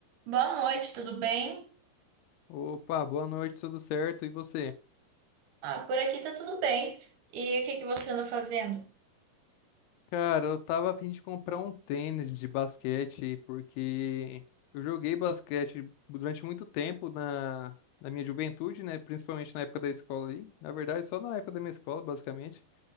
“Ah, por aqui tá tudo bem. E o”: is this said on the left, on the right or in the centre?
Right